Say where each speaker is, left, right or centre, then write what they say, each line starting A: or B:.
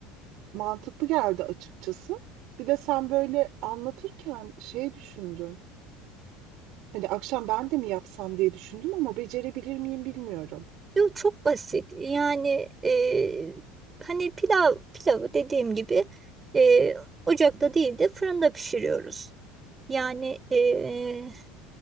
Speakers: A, on the right; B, on the right.
A: mantıklı geldi açıkçası. Bir de sen böyle anlatırken şey düşündüm. Hani akşam ben de mi yapsam diye düşündüm ama becerebilir miyim bilmiyorum.
B: Yok çok basit. Yani e, hani pilav pilavı dediğim gibi e, ocakta değil de fırında pişiriyoruz. Yani e,